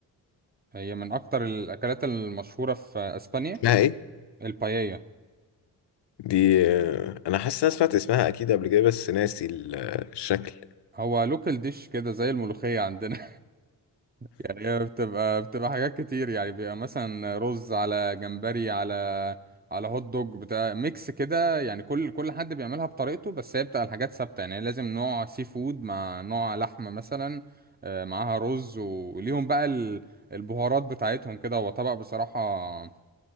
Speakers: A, on the right (about 20°); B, on the left (about 65°).
A: هي من أكتر الأكلات المشهورة في أسبانيا
B: اسمها ايه
A: البايية
B: دي آه، انا حاسس إن انا سمعت اسمها اكيد قبل كده بس ناسي ال- الشكل
A: هو لوكال ديش كده زي الملوخية عندنا يعني هي بتبقى بتبقى حاجات كتير يعني بيبقى مثلا رز على جمبري على على هوت دوج بتاع ميكس كده يعني كل كل حد بيعملها بطريقته بس هي بتبقى الحاجات ثابتة يعني لازم نوع سي فود مع نوع لحمة مثلا آه، معاها رز وليهم بقى ال- البهارات بتاعتهم كده هو طبق بصراحة